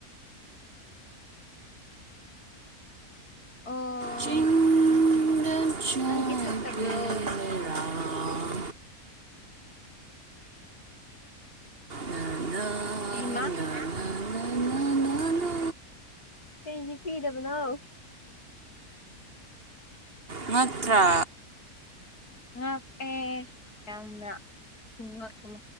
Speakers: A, on the left (about 90°); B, on the right (about 40°).
A: ꯑꯣ
B: ꯆꯤꯡꯗ ꯆꯠꯄꯤ
A: ꯅꯪꯗꯤ ꯊꯛꯇꯕ꯭ꯔꯣ
B: ꯂꯩꯔꯥꯡ ꯅꯅꯥ
A: ꯍꯤꯃꯥ
B: ꯅꯅꯥ ꯅꯅꯥ ꯅꯅꯥ
A: ꯀꯁꯤ ꯐꯤꯗ ꯅꯥꯑꯣ
B: ꯅꯠꯇ꯭ꯔ
A: ꯉꯅꯦ ꯌꯥꯝ ꯎꯉ